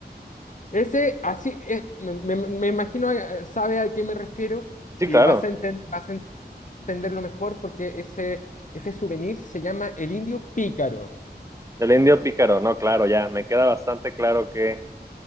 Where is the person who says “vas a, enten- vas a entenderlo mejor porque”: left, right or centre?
Left